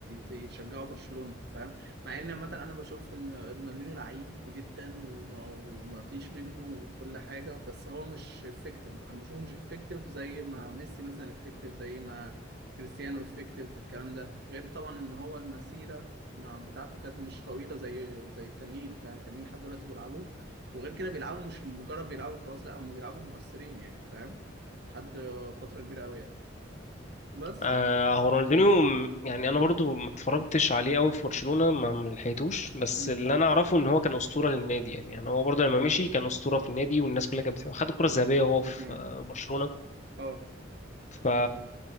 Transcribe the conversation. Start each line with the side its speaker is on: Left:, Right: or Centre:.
Right: يشجعوا برشلونه فاهم مع ان مثلا انا بشوف ان رونالدينيو لعيب جدا وما وما فيش منه كل حاجه بس هو مش افكتيف انا بشوفه مش افكتيف زي ما ميسي مثلا افكتيف زي ما كريستيانو افكتيف الكلام ده غير طبعا ان هو المسيره ما بتاعته كانت مش طويله زي زي التانيين فاهم التانيين لحد دلوقتي بيلعبوا وغير كده بيلعبوا مش مجرد بيلعبوا خلاص لا هم بيلعبوا مؤثرين يعني فاهم لحد فتره كبيره قوي يعني بس
Left: آه هو رونالدينيو م- يعني انا برضو ما اتفرجتش عليه قوي في برشلونة ما ما لحقتوش بس
Right: امم
Left: اللي انا اعرفه ان هو كان اسطورة للنادي يعني يعني هو برضو لما مشي كان اسطورة في النادي والناس كلها كانت بتحبه خد الكرة الذهبية وهو في
Right: امم
Left: آه، برشلونة
Right: اه
Left: ف